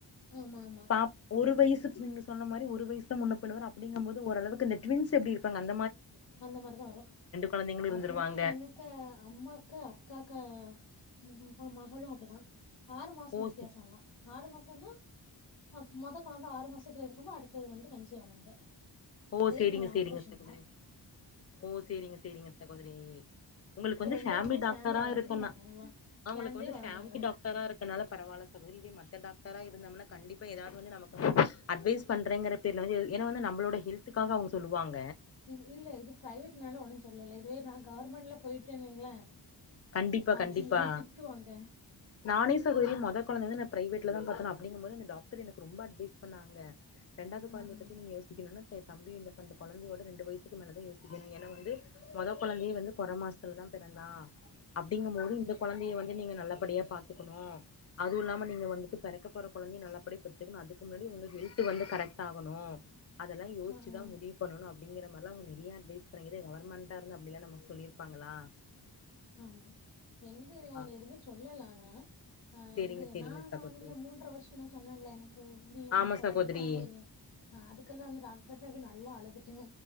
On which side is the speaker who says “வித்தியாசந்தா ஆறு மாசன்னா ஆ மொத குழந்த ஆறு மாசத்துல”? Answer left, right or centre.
Left